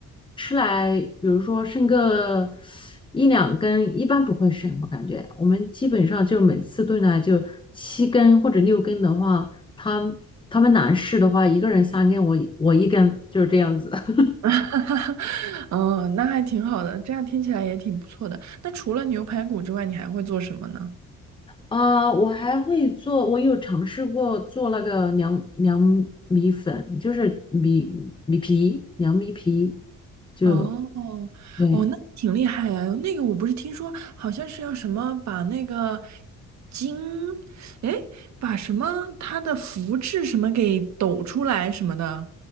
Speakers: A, on the left; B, on the right.
A: 吃来，比如说剩个一两根，一般不会剩，我感觉我们基本上就每次炖呢就七根或者六根的话，他他们男士的话，一个人三根，我我一根，就是这样子。<laughs>
B: <laughs> 哈哈，哦，那还挺好的，这样听起来也挺不错的。那除了牛排骨之外，你还会做什么呢？
A: 啊，我还会做，我有尝试过做那个凉凉米粉，就是米米皮，凉米皮，就
B: 哦
A: 对
B: 哦，那挺厉害啊。那个我不是听说好像是要什么把那个筋，哎，把什么它的福字什么给抖出来什么的，